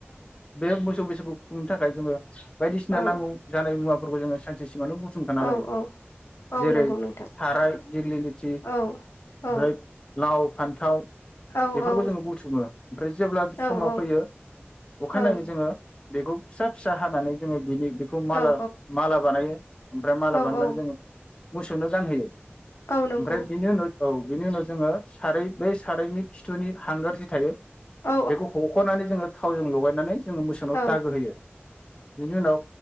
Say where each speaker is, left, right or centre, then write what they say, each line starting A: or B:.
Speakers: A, on the left; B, on the left.
A: बे मोसौ बैसा खौ खुंनो थाखाय जोङो बायदिसिना
B: औ
A: नांगौ जानाय मुवा फोरखौ जोङो सानसे सिगां सिङावनो बुथुमखाना
B: औ
A: लायो
B: औ औ
A: जेरै
B: नंगौ नोंथां
A: थाराय दिग्लि लिथि ओमफ्राय
B: औ औ
A: लाव फान्थाव
B: औ
A: बेफोरखौ
B: औ
A: जोङो बुथुमो ओमफ्राय जेब्ला
B: औ
A: समाव
B: औ
A: फैयो अखानायै
B: औ
A: जोङो बेखौ फिसा फिसा हानानै जोङो बिनि बेखौ माला
B: औ
A: माला बानायो। ओमफ्राय माला
B: औ
A: बानायनानै
B: औ
A: जोङो मोसौनो गानहोयो।
B: औ नंगौ
A: ओमफ्राय बेनि उनाव औ। बिनि उनाव जोङो सारै बै सारायनि खिथुनि हांगार जि थायो।
B: औ
A: बेखौ हख'नानै जोङो थावजों लगायनानै जोङो मोसौनाव
B: औ
A: दागो होयो बेनि उनाव